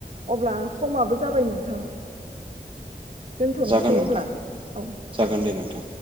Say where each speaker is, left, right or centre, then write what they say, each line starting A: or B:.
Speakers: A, on the right; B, on the right.
A: अब्ला समाबो जाबाय नोंथां दोनथ'नोसै
B: जागोन नोंथां
A: अब्ला औ
B: जागोन दे नोंथां